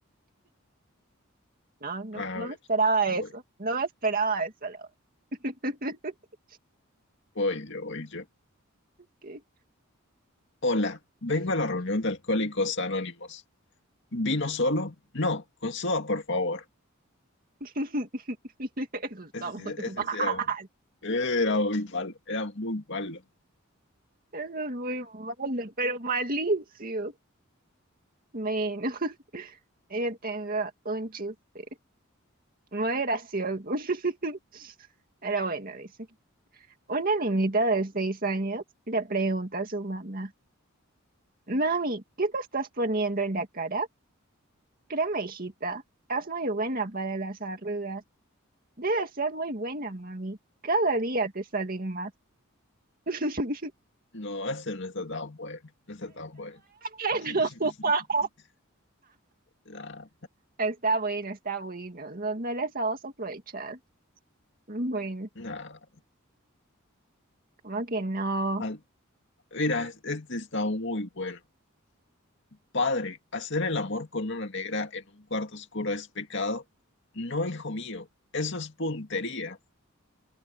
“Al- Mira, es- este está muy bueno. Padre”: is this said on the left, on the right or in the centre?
Left